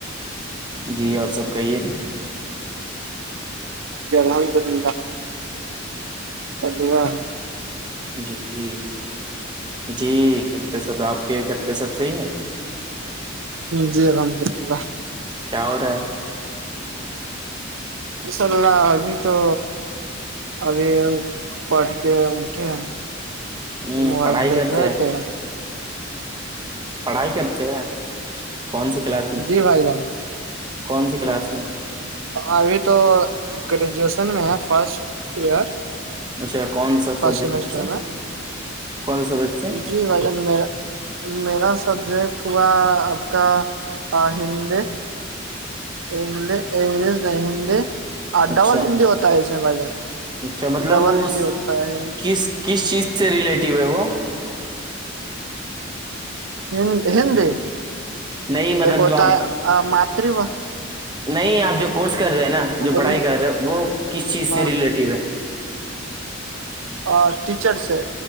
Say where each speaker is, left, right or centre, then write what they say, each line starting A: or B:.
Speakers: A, on the right; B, on the right.
A: جی اور سب کہیے
B: جلہ دن <unintelligible> ابا <unintelligible>
A: جی جی جی کتے سب آپ کے کتے سب صحیح ہیں
B: جی الحمد اللہ
A: کیا ہو رہا ہے
B: انشاء اللہ ابھی تو ابھی پٹ کے اھے ہیں
A: ہے
B: موبائل
A: ہ پڑھائی
B: دیکھ
A: کرتے
B: رہے
A: ہیں
B: تھے
A: پڑھائی کرتے ہیں کون سی کلاس میں
B: جی بھائی جان
A: کون سی کلاس میں
B: ابھی تو گریجویشن میں ہے فرسٹ ایئر
A: اچھا کون سا
B: فرسٹ
A: سبجیکٹ
B: سیمسٹر
A: سے
B: میں
A: کون سا سبجیکٹ سے
B: جی بجن میرا میرا سبجیکٹ ہوا آپ کا ہندی گش انگلش نہیں ہندی آ
A: اچھا
B: ڈبل ہندی ہوتا ہے اس میں ب
A: اچھا مطلب
B: ڈبل
A: وہ
B: ہندی
A: اس-
B: ہوتا ہے
A: کس چیز سے سے ریلیٹیو ہے وہ
B: ہ ہندی
A: نہیں مطلب
B: ایک ہوتا
A: جو آپ
B: ہے ماتری و
A: نہیں آپ جو کورس کر رہے ہیں نا جو
B: بولیے
A: پڑھائی کر رہے وہ کس چیز
B: ہاں
A: سے ریلیٹیو ہے
B: اور ٹیچرس ہے